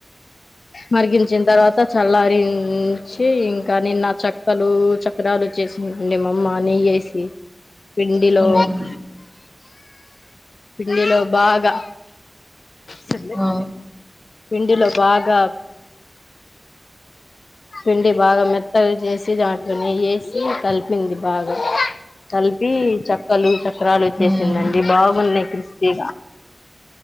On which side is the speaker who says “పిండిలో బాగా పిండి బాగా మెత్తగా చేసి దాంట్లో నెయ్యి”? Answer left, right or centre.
Left